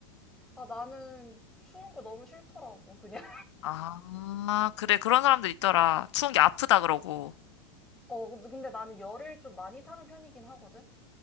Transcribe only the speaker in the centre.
아, 나는 추운 거 너무 싫더라고, 그냥.
어, 근데 근데 나는 열을 좀 많이 타는 편이긴 하거든?